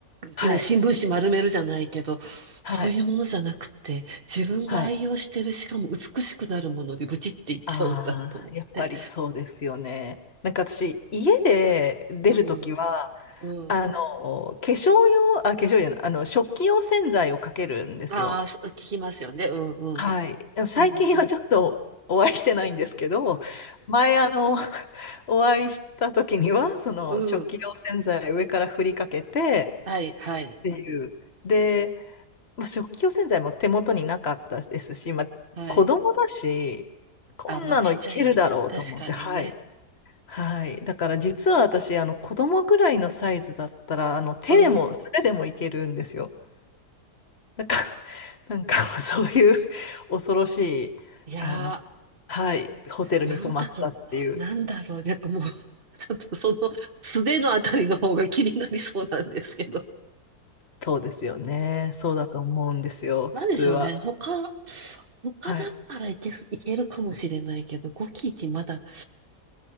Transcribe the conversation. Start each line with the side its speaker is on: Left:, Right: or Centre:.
Left: はい。
Right: う、ね、新聞紙丸めるじゃないけど、
Left: はい。
Right: そういうものじゃなくて、自分が愛用してる、
Left: はい。
Right: しかも美しくなるものでブチっていっちゃうんだと思って。
Left: ああ、やっぱりそうですよね。なんか私、家で出るときは、
Right: うん、うん。
Left: あの、化粧用、あ、化粧用、あの、食器用洗剤をかけるんですよ。
Right: ああ、そう、聞きますよね。うん、うん。
Left: はい。でも最近はちょっとお会いしてないんですけど、
Right: うん、う
Left: 前あの、<laughs> お会いした時には、その食器用洗剤上から振りかけて
Right: ん。うん。はい、はい、
Left: っていう。で、まあ、食器用洗剤も手元になかったですし、まあ、
Right: はい。
Left: 子供だし、こんなのいけるだろうと思って、
Right: あ、まあ、ちっちゃいね。確かにね。
Left: はい。はい。だから実は私、あの子供ぐらいのサイズだったら、あの手でも素手でもいけるんですよ。
Right: うん。
Left: <laughs> なんか、なんか <laughs> そういう恐ろしい、
Right: いやー。
Left: あの、はい、ホテルに泊まったっていう、
Right: なんだろう、なんだろう、なんかもう <laughs> ちょっとその素手のあたりの方が気になりそうなんですけど。
Left: そうですよね。そうだと思うんですよ、
Right: なんでしょうね、
Left: 普通は。
Right: 他、他だったらいけす、
Left: はい。
Right: いけるかもしれないけど、ゴキチまだ